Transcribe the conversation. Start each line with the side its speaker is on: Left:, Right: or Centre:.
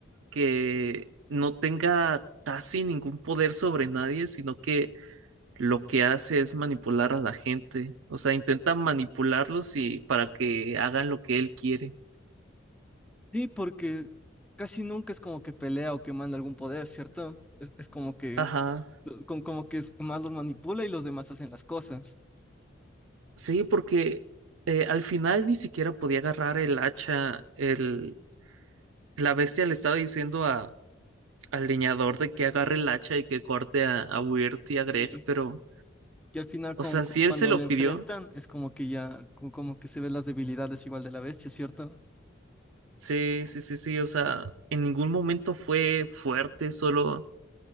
Right: que no tenga casi ningún poder sobre nadie, sino que lo que hace es manipular a la gente. O sea, intenta manipularlos y para que hagan lo que él quiere.
Centre: Sí, porque casi nunca es como que pelea o que manda algún poder, ¿cierto? Es, es como que,
Right: Ajá.
Centre: como como que es más los manipula y los demás hacen las cosas.
Right: Sí, porque eh, al final ni siquiera podía agarrar el hacha. El, la bestia le estaba diciendo a, al leñador de que agarre el hacha y que corte a, a Weird y a Greg,
Centre: Sí.
Right: pero,
Centre: Y al final,
Right: o
Centre: con,
Right: sea,
Centre: con-
Right: si él
Centre: cuando
Right: se lo
Centre: le enfrentan,
Right: pidió,
Centre: es como que ya, co- como que se ven las debilidades igual de la bestia, ¿cierto?
Right: Sí, sí, sí, sí, o sea, en ningún momento fue fuerte, solo